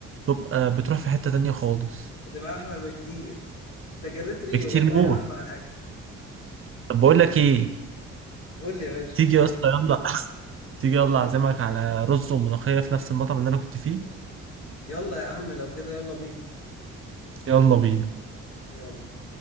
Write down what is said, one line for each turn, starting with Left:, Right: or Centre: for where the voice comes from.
Right: تبقى بتروح في حته تانية خالص
Left: بتبقى احلى بكتير انت جريت ريقي
Right: بكتير
Left: والله
Right: موت
Left: يا عم على الاكل
Right: طب بقول لك ايه
Left: قول لي يا باشا
Right: تيجي يا اسطى يلا <laughs> تيجي يلا اعزمك على رز وملوخيه في نفس المطعم اللي انا كنت فيه
Left: يلا يا عم لو كده يلا بينا
Right: يلا بينا
Left: يلا